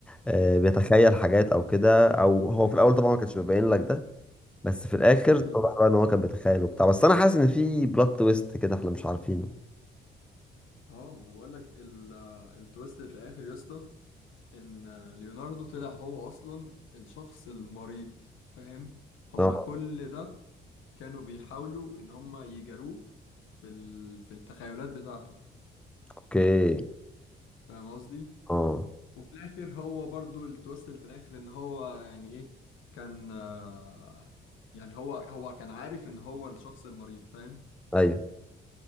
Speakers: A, in the centre; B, on the left.
A: آه، بيتخيل حاجات او كده او هو في الاول طبعا ما كانش بيبين لك ده بس في الاخر
B: أكيد
A: طبعا بقى ان هو كان بيتخيل وبتاع بس انا حاسس ان في بلوت تويست كده احنا مش عارفينه
B: اه ما انا بقول لك ال- التويست اللي في الاخر يا اسطى ان ليوناردو طلع هو اصلا الشخص المريض فاهم هما
A: اه
B: كل ده كانوا بيحاولوا ان هما يجاروه في ال... في التخيلات بتاعته
A: اوكي
B: فاهم قصدي
A: اه
B: وفي الاخر هو برضو التويست اللي في الاخر ان هو يعني ايه كان آه، يعني هو هو كان عارف ان هو الشخص المريض فاهم
A: ايوه